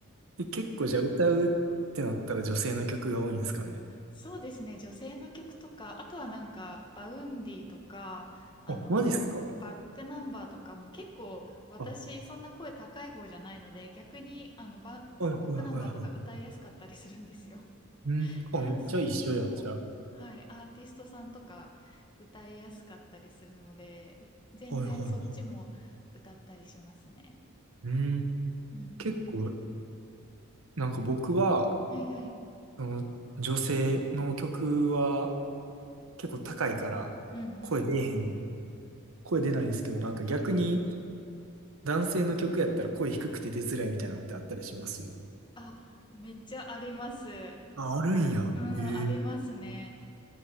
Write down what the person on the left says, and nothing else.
そうですね、女性の曲とか、あとはなんか、バウンディとか、あの、
バックナンバーとかも結構、私、
そんな声高い方じゃないので、逆に、あの、バ、
バックナンバーとか歌いやすかったりするんですよ。
男性の、
はい、アーティストさんとか歌いやすかったりするので、全然そっちも歌ったりしますね。
うん。
はいはい。
うんうん。
はいはい。
あ、めっちゃあります。
うん、
ありますね。